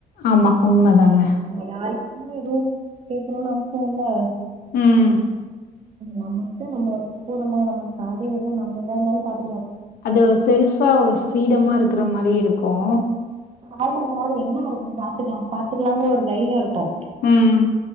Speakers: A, on the left; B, on the right.
A: ஆமா உண்ம தாங்க
B: யாருக்கும் எதுவும் கேக்கணும்னு அவசியம் இல்ல
A: ம்
B: நம்மகிட்ட நம்ம ஒர்க் போறோமா நமக்கு சேல்ரி வருதா நம்ம எதா இருந்தாலும் பாத்
A: அது செல்ஃபா ஒரு ஃப்ரீடமா இருக்கிற மாரி இருக்கும்
B: அவுங்க இருக்கும் போது என்ன இருக்கு பாத்துக்கலாம் பாத்துக்கலாங்குற ஒரு தைரியம் இருக்கும்
A: உம்